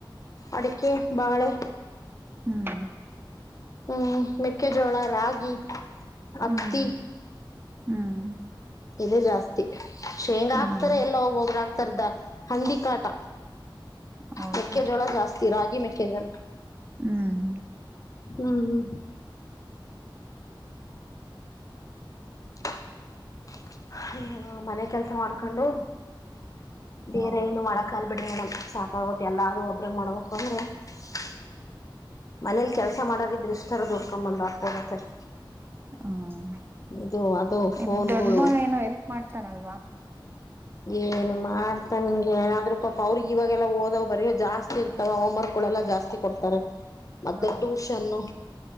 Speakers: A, on the left; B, on the right.
A: ಅಡಿಕೆ ಬಾಳೆ
B: ಹ್ಮ್
A: ಹ್ಮ್ ಮೆಕ್ಕೆಜೋಳ ರಾಗಿ ಹತ್ತಿ
B: ಹ್ಮ್ ಹ್ಮ್
A: ಇದೇ ಜಾಸ್ತಿ ಶೇಂಗ
B: ಹ್ಮ್
A: ಆಕ್ತಾರೆ ಎಲ್ಲಾ ಒಬ್ಬೊಬರು ಆಕ್ತಾರ ಹಂದಿಕಾಟ
B: ಹೌದಾ
A: ಮೆಕ್ಕೆಜೋಳ ಜಾಸ್ತಿ ರಾಗಿ ಮೆಕ್ಕೆಜೋಳ
B: ಹ್ಮ್
A: ಹ್ಮ ಹ್ಮ <unintelligible> ಅಯ ಮನೆ ಕೆಲ್ಸ ಮಾಡ್ಕೊಂಡು ಬೇರೆ
B: ಹೌದು
A: ಏನು ಮಾಡಕ ಆಗಲ್ಲ ಬಿಡ್ರಿ ಮಡ್ಮ ಸಾಕಾಗತ್ ಎಲ್ಲ ಅದು ಒಬ್ರ ಮಾಡ್ಬಕ್ ಅಂದ್ರೆ <unintelligible> ಮನೇಲಿ ಕೆಲ್ಸ ಮಾಡಾರ ಇದ್ರ ಇಷ್ಟರ ದುಡ್ಕೊಂಬಂದು್ ಆಗ್ತದತರಿ
B: ಹ್ಮ್
A: ಇದು ಅದು
B: ನಿಮ್
A: ಫೋನ್ಗಳು
B: ದೊಡ್ಡ ಮಗ ಏನೋ ಹೆಲ್ಪ್ ಮಾಡ್ತಾನಲ್ವಾ
A: ಏನ್ ಮಾಡ್ತಾ ನಿಂಗೆ ಏನಾದ್ರೂ ಪಾಪ ಅವ್ರಿಗೆ ಇವಾಗೆಲ್ಲಾ ಓದವ್ ಬರಯೋ ಜಾಸ್ತಿ ಇರ್ತಾವ ಹೋಮ್ವರ್ಕ್ ೆಲ್ಲ ಜಾಸ್ತಿ ಕೊಡ್ತಾರೆ ಮತ್ತೆ
B: ಹ್ಮ್
A: ಟ್ಯೂಷನ್ನು